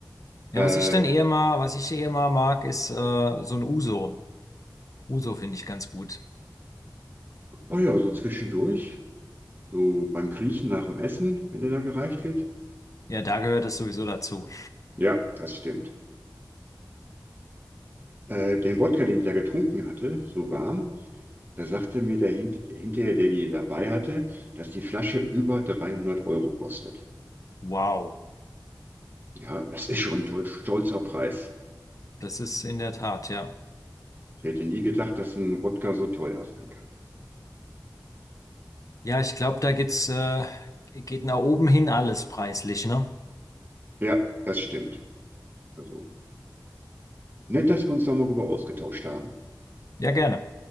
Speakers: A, on the left; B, on the right.
A: Ja,
B: Äh,
A: was ich dann eher mal, was ich eher mal mag, ist äh, so ein Uso. Uso finde ich ganz gut.
B: oh ja, so zwischendurch, so beim Kriechen nach dem Essen, wenn er da gereicht wird.
A: Ja, da gehört das sowieso dazu.
B: Ja, das stimmt. Äh, den Wodka, den ich da getrunken hatte, so warm, Da sagte mir der Hint hinterher, der die dabei hatte, dass die Flasche über 300 Euro kostet.
A: Wow,
B: Ja, das ist schon ein to- stolzer Preis.
A: das ist in der Tat, ja.
B: Ich hätte nie gedacht, dass ein Wodka so teuer sein kann.
A: Ja, ich glaube, da geht's, äh, geht nach oben hin alles preislich, ne?
B: Ja, das stimmt. Also nett, dass wir uns da mal rüber ausgetauscht haben.
A: Ja, gerne.